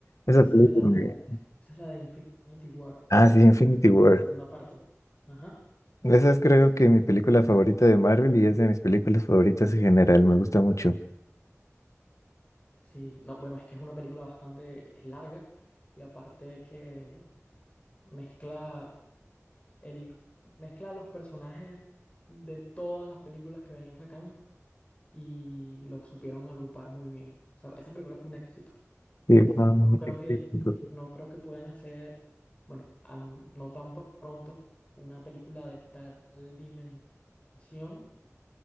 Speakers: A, on the left; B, on the left.
A: Esa
B: esa
A: película
B: es la,
A: me-
B: esa es la de Infinity War,
A: Ah, sí, Infinity War.
B: la segunda parte. Ajá.
A: Esa es creo que mi película favorita de Marvel y es de mis películas favoritas en general, me gusta mucho.
B: Sí, no, bueno, es que es una película bastante, es larga y aparte que mezcla el, mezcla los personajes de todas las películas que venían sacando y lo supieron agrupar muy bien. O sea, esa película fue un éxito, fue
A: Y,
B: un éxito.
A: um,
B: No creo
A: este,
B: que,
A: pues,
B: no creo que puedan hacer, bueno, al- no tan pr- pronto una película de tal dimensión